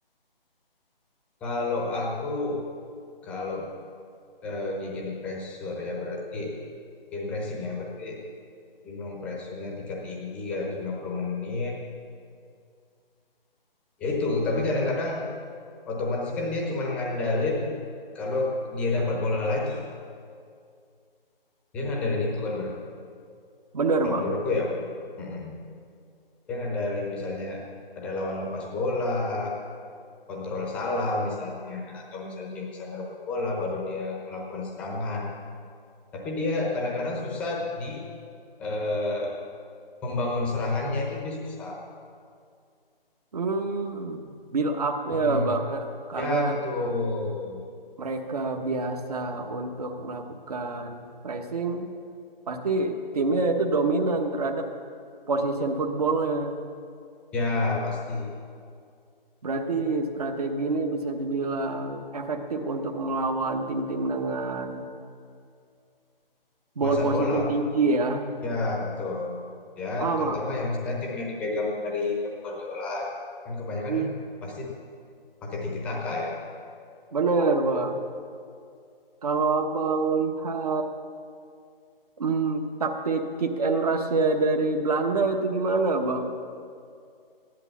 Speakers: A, in the centre; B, on the right (about 40°).
A: Kalau aku kalau eh, gigi pressure ya berarti gigi pressing ya berarti minimum pressure-nya tingkat tinggi kan 90 menit. Ya itu, tapi kadang-kadang otomatis kan dia cuma ngandalin kalau dia dapat bola lagi. Dia ngandalin itu kan Ber.
B: Benar
A: Kalau
B: Bang.
A: menurutku ya. Mm-mm. Dia ngandalin misalnya ada lawan lepas bola, kontrol salah misalnya atau misal dia bisa ngerebut bola baru dia melakukan serangan tapi dia kadang-kadang susah di eh, membangun serangannya itu dia susah
B: Hmm, build up-nya
A: mm
B: Bang ya. Karena
A: ya betul
B: mereka biasa untuk melakukan pressing, pasti timnya itu dominan terhadap position footballnya.
A: ya pasti
B: Berarti strategi ini bisa dibilang efektif untuk melawan tim-tim dengan
A: penguasaan
B: ball position
A: bola
B: tinggi ya.
A: ya betul ya
B: Ah, Bang.
A: terutama yang misalnya tim yang dipegang dari Pep Guardiola kan kebanyakan
B: Hmm,
A: pasti pakai tiki taka ya
B: Bener, Bang. Kalau Abang lihat hmm, taktik kick and rush-nya dari Belanda itu gimana, Bang?